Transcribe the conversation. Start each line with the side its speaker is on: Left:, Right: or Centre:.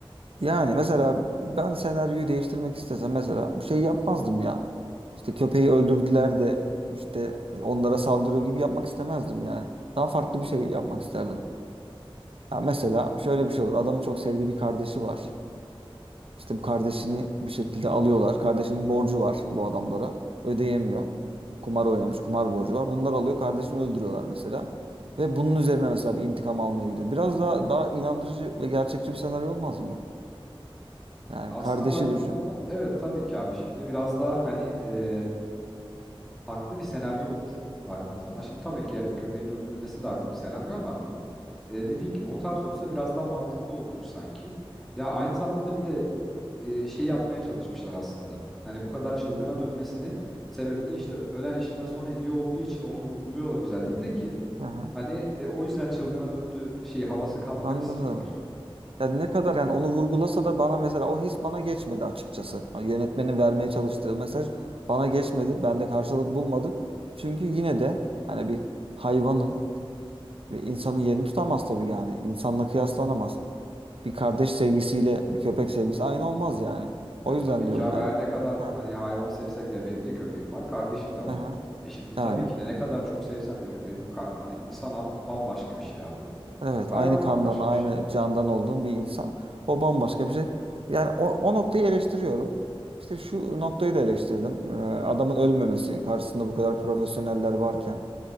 Right: Yani mesela ben senaryoyu değiştirmek istesem mesela bir şey yapmazdım ya. İşte köpeği öldürdüler de işte onlara saldırıyor gibi yapmak istemezdim yani. Daha farklı bir şey yapmak isterdim. Ya mesela şöyle bir şey olur. Adamın çok sevdiği bir kardeşi var. İşte bu kardeşini bir şekilde alıyorlar. Kardeşinin borcu var bu adamlara. Ödeyemiyor. Kumar oynamış. Kumar borcu var. Bunlar alıyor. Kardeşini öldürüyorlar mesela. Ve bunun üzerine mesela bir intikam almaya gidiyor. Biraz daha daha inandırıcı ve gerçekçi bir senaryo olmaz mı? Yani
Centre: Aslına
Right: kardeşi
Centre: baktığın
Right: düşün.
Centre: zaman evet tabii ki abi şimdi biraz daha hani e, haklı bir senaryo olur baktığın zaman. Şimdi tabii ki evet köpeğin öldürülmesi de haklı bir senaryo ama e, dediğin gibi o tarz olsa biraz daha mantıklı olurmuş sanki. Ya aynı zamanda bir de e, şey yapmaya çalışmışlar aslında. Hani bu kadar çılgına dönmesini sebebini işte ölen eşinden son hediye olduğu için onu vurguluyorlar özellikle ki.
Right: Aha,
Centre: Hani e, o yüzden çılgına döndü şey havası katmak
Right: anladım.
Centre: istiyorlar.
Right: Ya ne kadar yani onu vurgulasa da bana mesela o his bana geçmedi açıkçası. Ha, Yönetmenin vermeye çalıştığı mesaj bana geçmedi. Bende karşılık bulmadı. Çünkü yine de hani bir hayvanın ve insanın yerini tutamaz tabii yani. İnsanla kıyaslanamaz. Bir kardeş sevgisiyle bir köpek sevgisi aynı olmaz yani. O
Centre: Ya
Right: yüzden
Centre: tabii
Right: diyorum
Centre: ki abi
Right: yani.
Centre: her ne kadar
Right: Ha,
Centre: hani hayvan sevsek de benim de köpeğim var, kardeşim de var.
Right: aha,
Centre: E şimdi tabii
Right: yani.
Centre: ki de ne kadar çok sevsem de köpeğimi ka- hani insan am- bambaşka bir şey abi.
Right: Evet,
Centre: Hayvan
Right: aynı kandan,
Centre: bambaşka
Right: aynı
Centre: bir şey.
Right: candan olduğun bir insan. O bambaşka bir şey. Yani o, o noktayı eleştiriyorum. İşte şu noktayı da eleştirdim. Ee, adamın ölmemesi, karşısında bu kadar profesyoneller varken